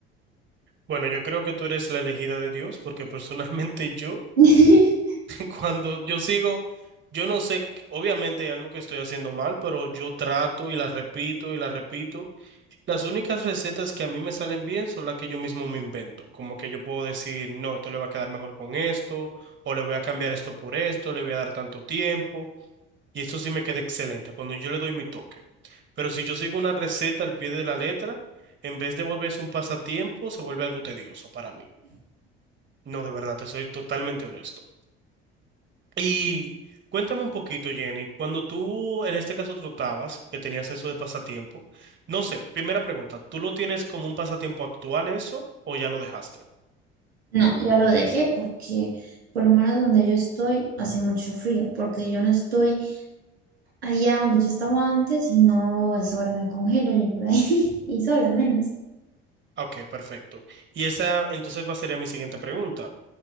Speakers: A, on the right; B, on the right.
A: Bueno, yo creo que tú eres la elegida de Dios porque personalmente <laughs> yo
B: <laughs>
A: Cuando yo sigo, yo no sé, obviamente hay algo que estoy haciendo mal, pero yo trato y las repito y las repito. Las únicas recetas que a mí me salen bien son las que yo mismo me invento. Como que yo puedo decir, no, esto le va a quedar mejor con esto, o le voy a cambiar esto por esto, le voy a dar tanto tiempo. Y esto sí me queda excelente cuando yo le doy mi toque. Pero si yo sigo una receta al pie de la letra, en vez de volverse un pasatiempo, se vuelve algo tedioso para mí. No, de verdad, te soy totalmente honesto. Y cuéntame un poquito, Jenny, cuando tú en este caso trotabas, que tenías eso de pasatiempo, no sé, primera pregunta, ¿tú lo tienes como un pasatiempo actual eso o ya lo dejaste?
B: No, ya lo dejé porque por lo menos donde yo estoy hace mucho frío, porque yo no estoy allá donde yo estaba antes y no, a esa hora me congelo yo por ahí <laughs> y sola menos.
A: Ah, Ok, perfecto. Y esa entonces va sería mi siguiente pregunta.